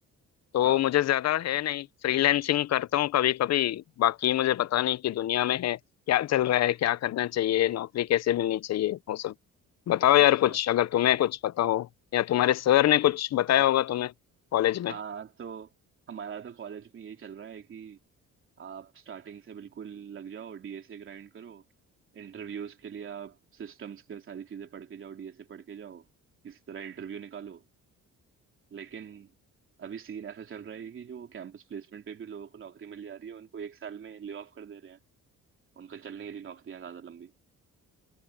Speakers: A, on the left; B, on the right.
A: तो
B: हाँ
A: मुझे ज्यादा है नहीं फ्रीलैंसिंग करता हूँ कभी कभी बाकी मुझे पता नहीं कि दुनिया में है क्या चल रहा है क्या करना चाहिए नौकरी कैसे मिलनी चाहिए वो सब बताओ यार
B: अच्छा
A: कुछ अगर तुम्हें कुछ पता हो या तुम्हारे सर ने कुछ बताया होगा तुम्हें कॉलेज में
B: हाँ तो हमारा तो कॉलेज में यही चल रहा है कि आप स्टार्टिंग से बिल्कुल लग जाओ डीएसए ग्राइंड करो इंटरव्यूज के लिए आप सिस्टम्स के सारी चीजें पढ़ के जाओ डीएसए पढ़ के जाओ किसी तरह इंटरव्यू निकालो लेकिन अभी सीन ऐसा चल रहा है कि जो कैंपस प्लेसमेंट पे भी लोगों को नौकरी मिल जा रही है उनको एक साल में ले ऑफ कर दे रहे हैं उनका चल नहीं रही नौकरियां ज्यादा लंबी